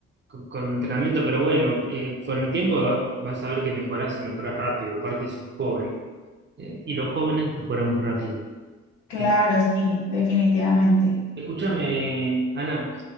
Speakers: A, on the right; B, on the left.
A: con, con entrenamiento, pero bueno, eh, con el tiempo va- vas a ver que mejorás y mejorás rápido, aparte sos joven, eh, y los jóvenes mejoramos rápido.
B: Claro,
A: Eh,
B: sí, definitivamente.
A: escúchame, Ana,